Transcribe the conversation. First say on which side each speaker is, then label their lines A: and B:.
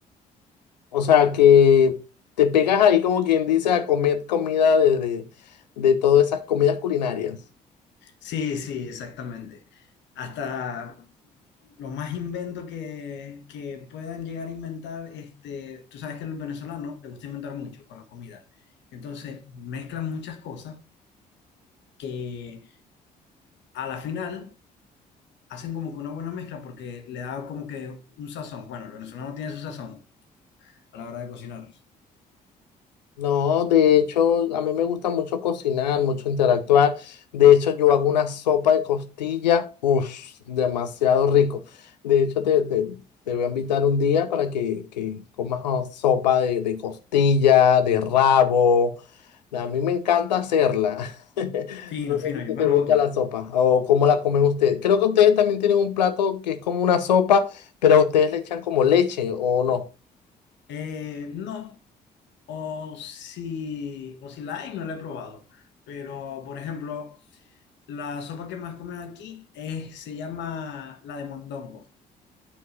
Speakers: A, on the left (about 80°); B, on the left (about 60°).
A: O sea, que te pegas ahí como quien dice a comer comida de, de, de todas esas comidas culinarias.
B: Sí, sí, exactamente. Hasta lo más invento que, que puedan llegar a inventar, este, tú sabes que el venezolano le gusta inventar mucho con la comida. Entonces mezclan muchas cosas que a la final hacen como que una buena mezcla porque le da como que un sazón. Bueno, el venezolano tiene su sazón a la hora de cocinar.
A: No, de hecho, a mí me gusta mucho cocinar, mucho interactuar. De hecho, yo hago una sopa de costilla, uff, demasiado rico. De hecho, te, te- te voy a invitar un día para que, que comas oh, sopa de, de costilla, de rabo. A mí me encanta hacerla. <laughs>
B: Fino,
A: No sé
B: fino,
A: si
B: yo
A: te,
B: me
A: te
B: anoto.
A: gusta la sopa o cómo la comen ustedes. Creo que ustedes también tienen un plato que es como una sopa, pero ustedes le echan como leche o no.
B: Eh, no. O si, o si la hay, no la he probado. Pero, por ejemplo, la sopa que más comen aquí es, se llama la de mondongo,